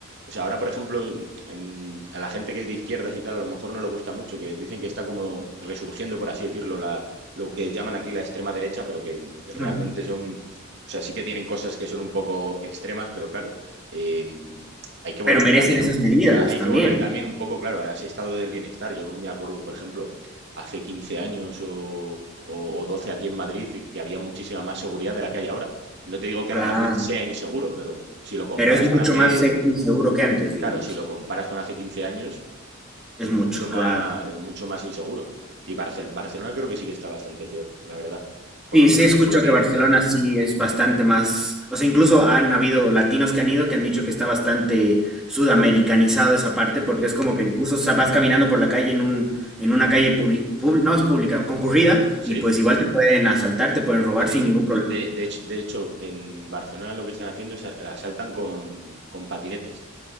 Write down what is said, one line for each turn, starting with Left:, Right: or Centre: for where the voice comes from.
Right: O sea, ahora, por ejemplo, em, a la gente que es de izquierdas y tal, a lo mejor no le gusta mucho, que dicen que está como resurgiendo, por así decirlo, la, lo que llaman aquí la extrema derecha, pero que realmente
Centre: Ujú.
Right: son... O sea, sí que tienen cosas que son un poco extremas, pero claro, em, hay que volver
Centre: Pero merecen
Right: también
Centre: esas
Right: un...
Centre: medidas
Right: Hay
Centre: también,
Right: que volver también un poco, claro, a ese estado del bienestar. Yo me acuerdo, por ejemplo, hace quince años o, o, o 12 aquí en Madrid y que había muchísima más seguridad de la que hay ahora. No te digo que
Centre: claro.
Right: ahora Madrid sea inseguro, pero si lo comparas
Centre: Pero es mucho
Right: con hace,
Centre: más se- inseguro que antes, digamos.
Right: claro, si lo comparas con hace 15 años,
Centre: Es
Right: es
Centre: mucho,
Right: mucho más,
Centre: claro.
Right: es mucho más inseguro. Y Barcel- Barcelona creo que sí que está bastante peor, la verdad. Por
Centre: Sí,
Right: lo menos
Centre: sí escucho
Right: eso es lo que
Centre: que
Right: dicen
Centre: Barcelona
Right: de...
Centre: sí es bastante más, o sea, incluso
Right: Mm,
Centre: han habido latinos que han ido que han dicho que está bastante sudamericanizado esa parte, porque
Right: mm.
Centre: es como que incluso sa- vas caminando por la calle en un, en una calle publi- pub- no es pública, concurrida,
Right: Sí,
Centre: y pues igual te pueden asaltar, te pueden robar
Right: sí.
Centre: sin ningún problema.
Right: De, de hecho, de hecho, en Barcelona lo que están haciendo es a- asaltan con, con patinetes.